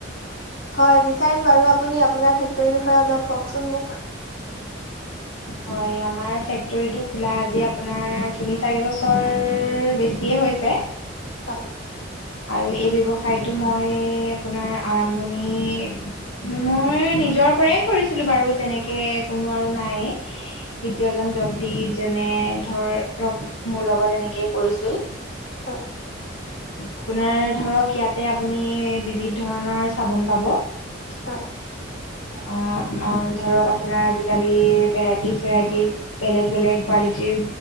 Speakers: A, on the left (about 55°); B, on the left (about 90°).
A: হয় বিছাৰিম বাৰু, আপুনি আপোনাৰ ফেক্টৰীৰ বিষয়ে অলপ ককচোন মোক।
B: হয় আমাৰ ফেক্টৰীটো খোলা আজি আপোনাৰ তিনি চাৰি বছৰ বেছিয়ে হৈছে।
A: হয়।
B: আৰু এই ব্যৱসায়টো মই আপোনাৰ আৰম্ভণি মোৰ নিজৰ পৰাই কৰিছিলো বাৰু তেনেকে কোনো আৰু নাই দৃতীয়জন
A: হয়
B: ব্যক্তি যেনে ধৰক মোৰ লগত এনেকেই কৰিছিল
A: হয়।
B: আপোনাৰ ধৰক ইয়াতে আপুনি বিবিধ ধৰণৰ চাবোন পাব।
A: হয়।
B: অ অ ধৰক আপোনাৰ আজিকালি ভেৰাইটিজ ভৰাইটিজ বেলেগ বেলেগ কোৱা যি